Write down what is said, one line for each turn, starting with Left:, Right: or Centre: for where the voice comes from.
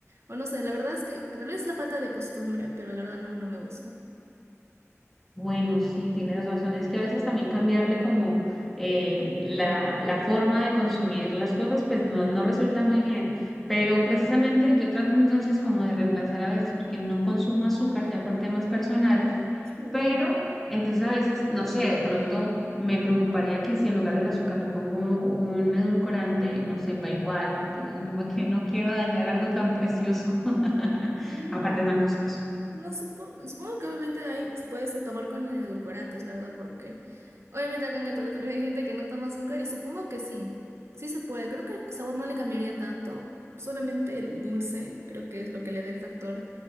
Right: o no sé, la verdad es que, que tal vez es la falta de costumbre, pero la verdad no, no me gusta.
Centre: Bueno, sí, tienes razón. Es que a veces también cambiarle como eh, la, la forma de consumir las cosas, pues no, no resulta muy bien. Pero precisamente yo trato entonces como de reemplazar a veces porque no consumo azúcar ya por temas personales,
Right: Sí.
Centre: pero entonces a veces, no sé, de pronto me preocuparía que si en lugar del azúcar le pongo un edulcorante, no sepa igual. Entonces como que no quiero dañar algo tan precioso, <laughs>
Right: No,
Centre: aparte tan costoso.
Right: no supongo, supongo que obviamente ahí se puede hacer- tomar con edulcorantes, la verdad, porque obviamente acá en el Perú también hay gente que no toma azúcar y supongo que sí, sí se puede. Creo que el sabor no le cambiaría tanto, solamente el dulce, creo que es lo que le da el factor